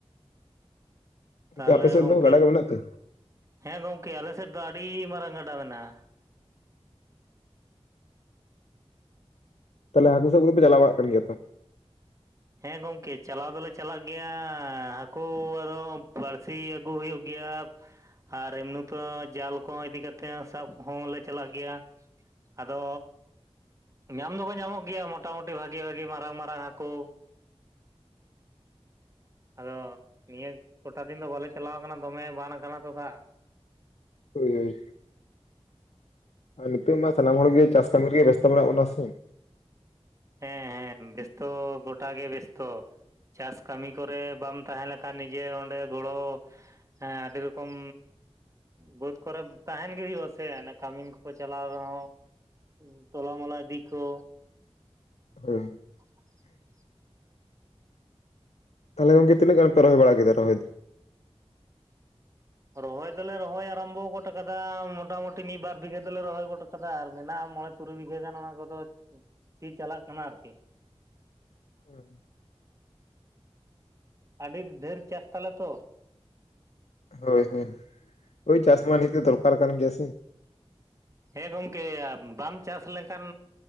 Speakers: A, on the left; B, on the right.
A: ᱜᱚᱝᱠᱮ
B: ᱛᱟᱦᱞᱮ
A: ᱟᱯᱮ ᱥᱮᱫ
B: ᱜᱚᱝᱠᱮ,
A: ᱫᱚ ᱜᱟᱰᱟ ᱠᱚ ᱢᱮᱱᱟᱜ ᱛᱮ
B: ᱦᱮᱸ ᱜᱚᱢᱠᱮ ᱟᱞᱮ ᱥᱮᱫ ᱫᱚ ᱟᱹᱰᱤ ᱢᱟᱨᱟᱝ ᱜᱟᱰᱟ ᱢᱮᱱᱟᱜᱼᱟ᱾
A: ᱛᱟᱞᱦᱮ ᱦᱟᱹᱠᱩ ᱥᱟᱵ ᱠᱚᱫᱚ ᱯᱮ ᱪᱟᱞᱟᱣ ᱵᱟᱲᱟᱜ ᱠᱟᱱ ᱜᱮᱭᱟ ᱛᱚ᱾
B: ᱦᱮᱸ ᱜᱚᱝᱠᱮ ᱪᱟᱞᱟᱣ ᱫᱚᱞᱮ ᱪᱟᱞᱟᱜ ᱜᱮᱭᱟ ᱦᱟᱹᱠᱩ ᱟᱫᱚ ᱵᱟᱹᱲᱥᱤ ᱟᱹᱜᱩ ᱦᱩᱭᱩᱜ ᱜᱮᱭᱟ ᱟᱨ ᱮᱢᱱᱤ ᱛᱮ ᱡᱟᱞ ᱠᱚ ᱤᱫᱤ ᱠᱟᱛᱮ ᱥᱟᱵ ᱦᱚᱸᱞᱮ ᱪᱟᱞᱟᱜ ᱜᱮᱭᱟ᱾ ᱟᱫᱚ ᱧᱟᱢ ᱫᱚᱠᱚ ᱧᱟᱢᱚᱜ ᱜᱮᱭᱟ ᱢᱚᱴᱟᱢᱩᱴᱤ ᱵᱷᱟᱜᱤ ᱵᱷᱟᱜᱤ ᱢᱟᱨᱟᱝ ᱢᱟᱨᱟᱝ ᱦᱟᱹᱠᱩ᱾ ᱟᱫᱚ ᱱᱤᱭᱟᱹ ᱠᱚᱴᱟ ᱫᱤᱱ ᱫᱚ ᱵᱟᱞᱮ ᱪᱟᱞᱟᱣ ᱠᱟᱱᱟ ᱫᱚᱢᱮ ᱵᱟᱱ ᱠᱟᱱᱟ ᱛᱚ ᱫᱟᱜ᱾
A: ᱦᱳᱭ ᱦᱳᱭ, ᱱᱤᱛᱚᱜ ᱢᱟ ᱥᱟᱱᱟᱢ ᱦᱚᱲᱜᱮ ᱪᱟᱥ ᱠᱟᱹᱢᱤ ᱨᱮᱜᱮ ᱵᱮᱥᱛᱚ ᱢᱮᱱᱟᱜ ᱵᱚᱱᱟ ᱥᱮ᱾
B: ᱦᱮᱸ ᱦᱮᱸ ᱵᱮᱥᱛᱚ ᱜᱚᱴᱟ ᱜᱮ ᱵᱮᱥᱛᱚ᱾ ᱪᱟᱥ ᱠᱟᱹᱢᱤ ᱠᱚᱨᱮ ᱵᱟᱢ ᱛᱟᱦᱮᱸ ᱞᱮᱠᱷᱟᱱ ᱱᱤᱡᱮ ᱚᱸᱰᱮ ᱜᱚᱲᱚ ᱦᱮᱸ ᱟᱹᱰᱤ ᱨᱚᱠᱚᱢᱼᱼ ᱵᱟᱹᱫᱽ ᱠᱚᱨᱮ ᱛᱟᱦᱮᱱ ᱜᱮ ᱦᱩᱭᱩᱜᱼᱟ ᱥᱮ ᱚᱱᱟ ᱠᱟᱹᱢᱤᱱ ᱠᱚᱠᱚ ᱪᱟᱞᱟᱣ ᱨᱮᱦᱚᱸ ᱛᱚᱞᱟ ᱢᱚᱞᱟ ᱤᱫᱤ ᱠᱚ
A: ᱦᱩᱸ
B: <unintelligible>
A: ᱛᱟᱦᱞᱮ ᱜᱚᱝᱠᱮ ᱛᱤᱱᱟᱹᱜ ᱜᱟᱱ ᱯᱮ ᱨᱚᱭ ᱵᱟᱲᱟ ᱠᱮᱫᱟ ᱨᱚᱦᱚᱭ ᱫᱚ
B: ᱨᱚᱦᱚᱭ ᱫᱚᱞᱮ ᱨᱚᱦᱚᱭ ᱟᱨᱟᱢᱵᱚ ᱜᱚᱫ ᱠᱟᱫᱟ ᱢᱚᱴᱟᱢᱩᱴᱤ ᱢᱤᱫ ᱵᱟᱨ ᱵᱤᱜᱷᱟᱹ ᱫᱚᱞᱮ ᱨᱚᱦᱚᱭ ᱜᱚ ᱠᱟᱫᱟ ᱟᱨ ᱢᱮᱱᱟᱜᱼᱟ ᱢᱚᱸᱬᱮ ᱛᱩᱨᱩᱭ ᱵᱤᱜᱷᱟᱹ ᱜᱟᱱ ᱚᱱᱟ ᱠᱚᱫᱚ ᱥᱤ ᱪᱟᱞᱟᱜ ᱠᱟᱱᱟ ᱟᱨᱠᱤ
A: ᱚᱸ
B: ᱟᱹᱰᱤ ᱰᱷᱮᱨ ᱪᱟᱥ ᱛᱟᱞᱮ ᱛᱚ
A: ᱦᱳᱭ ᱦᱳᱭ ᱦᱳᱭ ᱪᱟᱥᱢᱟ ᱱᱤᱛᱚᱜ ᱫᱚᱨᱠᱟᱨ ᱠᱟᱱ ᱜᱮᱭᱟ ᱥᱮ
B: ᱦᱮᱸ ᱜᱚᱢᱠᱮ ᱵᱟᱢ ᱪᱟᱥ ᱞᱮᱱᱠᱷᱟᱱ